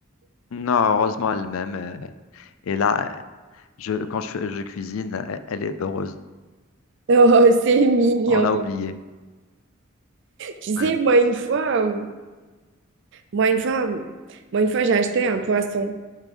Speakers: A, on the left; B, on the right.
A: Non, heureusement elle-même. euh, Et là, Je, quand je, fais- je cuisine, elle, elle est heureuse.
B: Oh, <laughs> c'est mignon.
A: On a oublié.
B: Tu sais,
A: Ouais.
B: moi une fois, euh, moi une fois, euh, moi une fois, j'ai acheté un poisson.